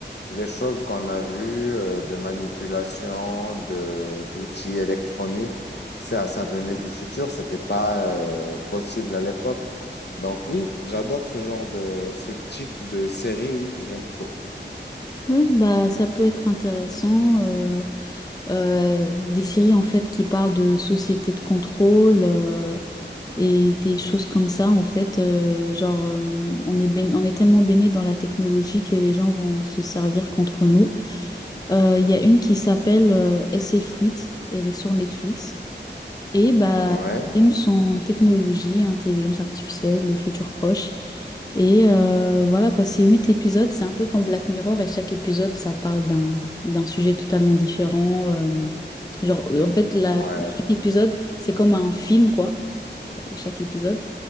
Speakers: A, on the left; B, on the left.
A: les choses qu'on a vues euh, de manipulation, de, d'outils électroniques, ça, ça venait du futur, c'était pas euh, possible à l'époque. Donc oui, j'adore ce genre de, ce type de série, oui, j'aime trop.
B: Ouais, bah ça peut être intéressant. euh, euh, des séries en fait qui parlent de société de contrôle. euh, et des choses comme ça, en fait, euh, genre, euh, on est baign- on est tellement baigné dans la technologie que les gens vont se servir contre nous. Euh, Il y a une qui s'appelle euh, SF8, elle est sur Netflix, et bah,
A: Ouais,
B: les thèmes sont technologie, intelligence artificielle, le futur proche. Et euh, voilà quoi, c'est huit épisodes, c'est un peu comme Black Mirror et chaque épisode ça parle d'un d'un sujet totalement différent. euh, genre en fait la,
A: ouais.
B: chaque épisode c'est comme un film quoi, chaque épisode.